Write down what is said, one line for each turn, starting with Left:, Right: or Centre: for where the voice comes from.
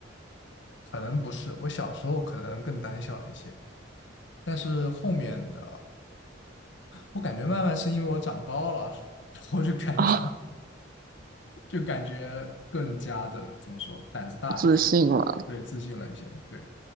Left: 可能不是，我小时候可能更胆小一些，但是后面的我感觉慢慢是因为我长高了，<laughs> 我就感觉。
Right: 啊，
Left: 就感觉更加的怎么说，胆子大了，
Right: 自信了，
Left: 对，自信了一些，对，